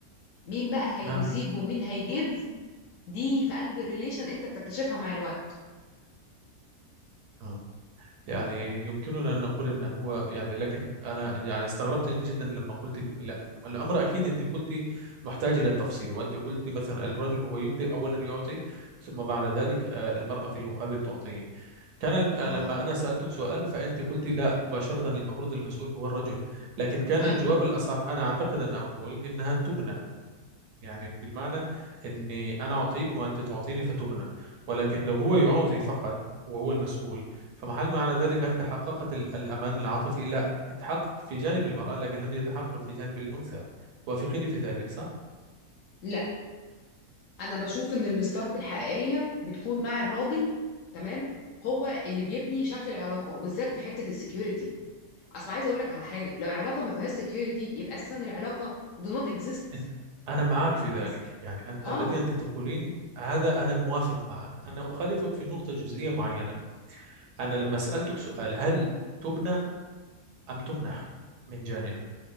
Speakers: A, on the left (about 65°); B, on the right (about 85°).
A: مين بقى هيريسيف
B: نعم
A: ومين هيجيف دي في قلب الريليشن أنت بتكتشفها مع الوقت
B: تمام يعني يمكننا أن نقول أنه هو يعني لكن أنا يعني استغربت جدا لما قلت لا الأمر أكيد أنت قلت محتاج إلى التفصيل وأنت قلت مثلا الرجل هو يبدأ أولا يعطي ثم بعد ذلك آه، المرأة في المقابل تعطيه كان الم... آه،
A: اه
B: لما
A: طبعا
B: أنا سألتك سؤال فأنت قلت لا مباشرة المفروض المسؤول هو الرجل لكن كان
A: ايوه
B: الجواب الأصح أنا أعتقد أن أقول إنها تبنى يعني بالمعنى أني أنا أعطيك وأنت تعطيني فتبنى ولكن لو هو يعطي فقط وهو المسؤول فمحل معنى ذلك هل تحققت ال- الأمان العاطفي؟ لا يتحقق في جانب المرأة لكن لم يتحقق في جانب الأنثى وافقيني في ذلك صح؟
A: لا انا بشوف ان الستارت الحقيقيه بتكون مع الراجل تمام هو اللي بيبني شكل العلاقه وبالذات في حته السكيورتي اصل عايزه اقول لك على حاجه لو العلاقه ما فيهاش سكيورتي يبقى اساسا العلاقه do not exist
B: أنت- أنا معك في ذلك
A: أس...
B: يعني أن...
A: اه
B: الذي أنت تقولين هذا أنا موافق معك أنا أخالفك في نقطة جزئية معينة أنا لما سألتك سؤال هل تبنى أم تمنح من جانبه